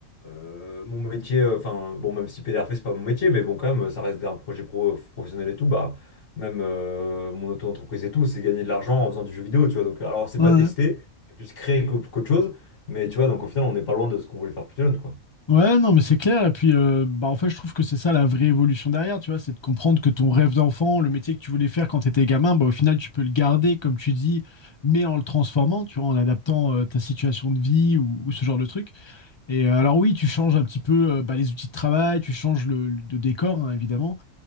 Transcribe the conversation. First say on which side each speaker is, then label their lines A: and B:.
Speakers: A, on the left; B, on the left.
A: euh, mon métier, euh, enfin, bon, même si PDRP, c'est pas mon métier, mais bon, quand même, ça reste un projet pro, professionnel et tout, bah, même euh, mon auto-entreprise et tout, c'est gagner de l'argent en faisant du jeu vidéo, tu vois. Donc, alors, c'est
B: Ouais.
A: pas tester, c'est plus créer qu'au- qu'autre chose. Mais tu vois, donc au final, on n'est pas loin de ce qu'on voulait faire plus jeune, quoi.
B: Ouais, non, mais c'est clair. Et puis, euh, bah, en fait, je trouve que c'est ça la vraie évolution derrière, tu vois, c'est de comprendre que ton rêve d'enfant, le métier que tu voulais faire quand tu étais gamin, bah, au final, tu peux le garder, comme tu dis, mais en le transformant, tu vois, en adaptant euh, ta situation de vie ou, ou ce genre de truc. Et euh, alors, oui, tu changes un petit peu euh, bah, les outils de travail, tu changes le, le- de décor, hein, évidemment,